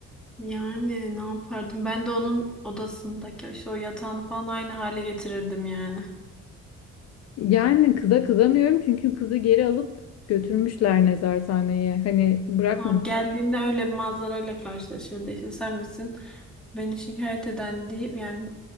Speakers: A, in the centre; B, on the left (about 55°).
A: Yani ne yapardım? Ben de onun odasındaki işte o yatağını falan aynı hale getirirdim yani.
B: Yani kıza kızamıyorum çünkü kızı geri alıp götürmüşler nezarethaneye. Hani bırakmam.
A: Tamam geldiğinde öyle bir manzarayla karşılaşırdı işte sen misin beni şikayet eden deyip yani